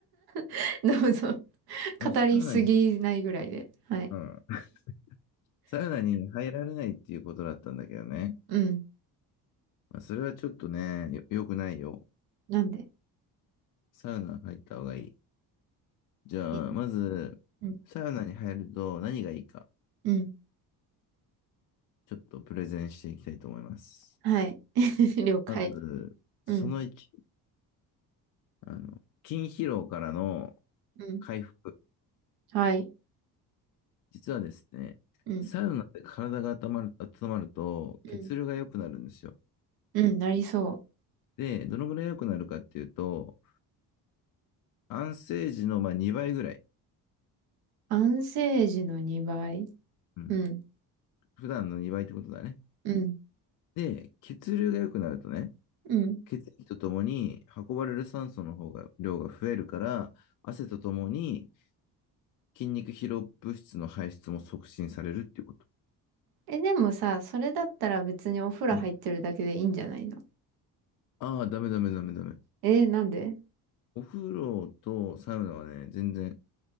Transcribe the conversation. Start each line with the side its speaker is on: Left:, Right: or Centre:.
Right: <laughs> どうぞ。
Left: まずサウナに、
Right: 語りすぎないぐらいで。はい。
Left: うん。<laughs> サウナに入られないっていうことだったんだけどね。
Right: うん。
Left: まあ、それはちょっとね、よ、良くないよ。
Right: なんで
Left: サウナ入った方がいい。じゃあ、
Right: い
Left: まず、
Right: うん。
Left: サウナに入ると何がいいか、
Right: うん。
Left: ちょっとプレゼンしていきたいと思います。
Right: はい。<laughs> 了解。
Left: まず、その1、
Right: うん。
Left: あの、筋疲労からの
Right: うん。
Left: 回復。
Right: はい。
Left: 実はですね、
Right: うん。
Left: サウナで体が温まる、温まると血流が良くなるんですよ。
Right: うん。うん。なりそう。
Left: で、どのぐらい良くなるかっていうと、安静時のまあ2倍ぐらい。
Right: 安静時の2倍。
Left: うん。
Right: うん、
Left: 普段の2倍ってことだね。
Right: うん、
Left: で、血流が良くなるとね、
Right: うん。
Left: 血液とともに運ばれる酸素の方が、量が増えるから、汗とともに筋肉疲労物質の排出も促進されるっていうこと。
Right: え、でもさ、それだったら別にお風呂入ってるだけでいいんじゃないの
Left: うん。ああ、ダメダメダメダメ。
Right: え、なんで
Left: お風呂とサウナはね、全然、